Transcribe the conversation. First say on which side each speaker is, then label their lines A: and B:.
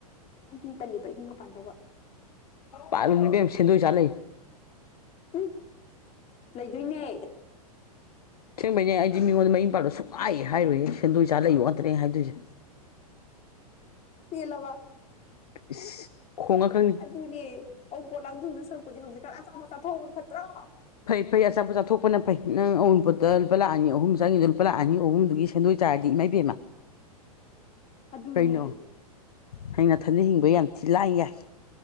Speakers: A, on the left (about 35°); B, on the left (about 80°).
A: ꯑꯩꯗꯤ ꯇꯜꯂꯤꯕ ꯏꯌꯨꯝꯒ ꯄꯥꯟꯗꯧꯕ
B: ꯄꯥꯜꯂꯨꯅꯨ ꯏꯕꯦꯝꯃ ꯁ‌ꯦꯟꯗꯣꯏ ꯆꯥ ꯂꯩꯑ‌ꯣ
A: ꯎꯝ ꯂꯩꯗꯣꯏꯅꯦ
B: ꯑꯁ‌ꯦꯡꯕꯩꯅꯦ ꯑꯩꯗꯤ ꯃꯤꯉꯣꯟꯗ ꯃꯌꯨꯝ ꯄꯥꯜꯂ‌ꯣ ꯁꯨꯛꯍꯥꯏꯍ‌ꯦ ꯍꯥꯏꯔ‍ꯣꯏꯌꯦ ꯁꯦꯟꯗꯣꯏ ꯆꯥ ꯂꯩꯌꯣ ꯉꯥꯛꯇꯅꯦ ꯍꯥꯏꯗꯣꯏꯁꯦ
A: ꯄ‌ꯦꯜꯂꯕ
B: ꯏꯁ ꯈꯣꯡꯉꯛꯀꯅꯤ
A: ꯑꯗꯨ ꯅꯦ ꯑꯎꯟꯄꯣꯠ ꯂꯥꯡꯗꯨꯨꯕ ꯁꯔꯨꯛꯄꯨꯗꯤ ꯍꯧꯖꯤꯛꯀꯥꯟ ꯑꯆꯥ ꯄ‌ꯣꯠ ꯆꯊꯣꯛꯍ‌ꯧꯕꯅ ꯐꯠꯇ꯭ꯔꯣ
B: ꯐꯩ ꯐꯩ ꯑꯆꯥꯄ‌ꯣꯠ ꯆꯥꯊꯣꯛꯄꯅ ꯐꯩ ꯅꯪ ꯑꯎꯟꯄ‌ꯣꯠꯇ ꯂꯨꯄ ꯂꯥꯛ ꯑꯅꯤ ꯑꯍꯨꯝ ꯆꯪꯉꯤꯗꯨ ꯂꯨꯄꯥ ꯂꯥꯛ ꯑꯅꯤ ꯑꯍꯨꯝꯗꯨꯒꯤ ꯁꯦꯟꯗꯣꯏ ꯆꯥꯔꯗꯤ ꯏꯃꯥꯏꯕꯦꯝꯃ
A: ꯑꯗꯨꯅꯦ
B: ꯀꯩꯅꯣ ꯍꯩꯌꯦꯡ ꯅꯊꯟꯇ ꯍꯤꯡꯕ ꯌꯥꯝ ꯊꯤ ꯂꯥꯏ ꯌꯥꯏ